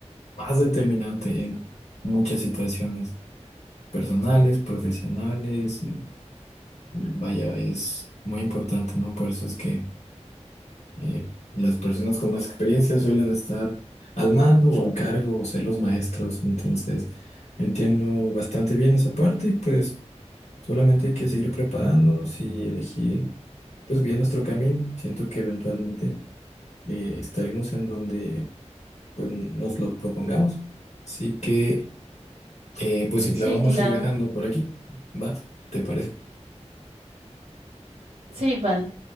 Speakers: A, on the left (about 75°); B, on the right (about 70°).
A: más determinante en muchas situaciones personales, profesionales. eh, Vaya, es muy importante, ¿no? Por eso es que eh, las personas con más experiencia suelen estar al mando o al cargo o ser los maestros. Entonces, entiendo bastante bien esa parte y pues solamente hay que seguir preparándonos y elegir pues bien nuestro camino. Siento que eventualmente eh, estaremos en donde pues nos lo propongamos. Así que eh, pues sí,
B: Sí,
A: la vamos
B: claro.
A: a ir dejando por aquí. ¿Va? ¿Te parece?
B: Sí, vale.